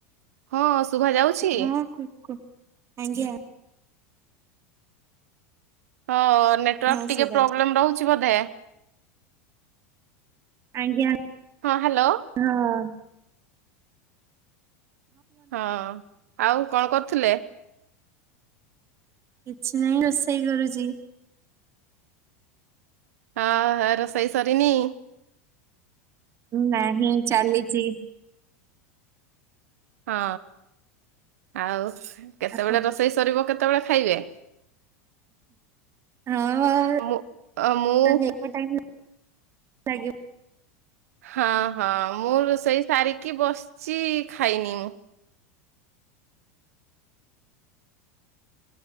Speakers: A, on the right; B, on the right.
A: ହଁ ଶୁଭା ଯାଉଛି
B: ହଁ କୁ କୁ ଆଜ୍ଞା।
A: ହଁ ନେଟୱାର୍କ
B: ହଁ
A: ଟିକେ
B: ଶୁଭା
A: ପ୍ରୋବ୍ଲେମ ରହୁଛି ବୋଧେ?
B: ଆଜ୍ଞା।
A: ହଁ ହ୍ୟାଲୋ।
B: ନାଁ
A: ହଁ ଆଉ କଣ କରୁଥିଲେ?
B: କିଛି ନାହିଁ ରୋଷେଇ କରୁଛି।
A: ହଁ ରୋଷେଇ ସରିନି?
B: ନାହିଁ ଚାଲିଚି।
A: ହଁ ଆଉ କେତେବେଳେ
B: ଆପଣ
A: ରୋଷେଇ ସରିବ କେତେବେଳେ ଖାଇବେ?
B: ହଁପ
A: ମୁଁ ଅ ମୁଁ
B: ଟାଇ <unintelligible> ଲାଗି
A: ହଁ ହଁ ମୁଁ ରୋଷେଇ ସାରିକି ବସିଛି ଖାଇନି ମୁଁ।